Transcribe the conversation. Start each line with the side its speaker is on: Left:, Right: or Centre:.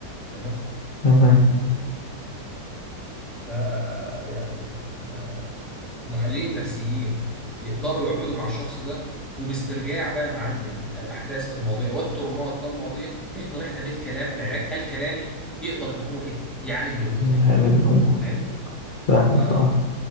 Centre: تمام
Left: تمام
Centre: ف يعني نا- المحللين النفسيين يقدروا يقعدوا مع الشخص ده وباسترجاع بقى يا معلم الأحداث الماضية والترومات الماضية نقدر احنا بالكلام العلاج الكلامي يقدر ان هو ايه يعالج الأمور دي
Left: علاج الأمور
Centre: فاهمني
Left: فاهمك
Centre: ف...
Left: أه